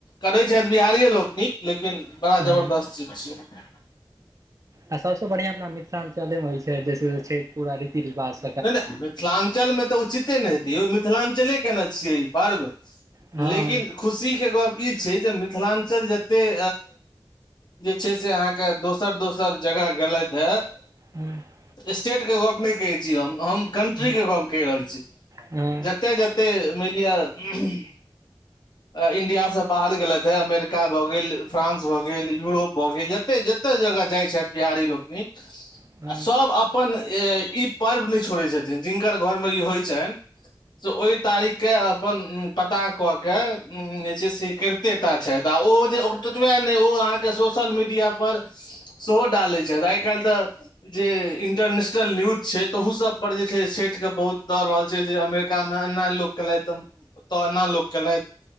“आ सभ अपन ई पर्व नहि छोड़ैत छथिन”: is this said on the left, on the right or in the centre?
Left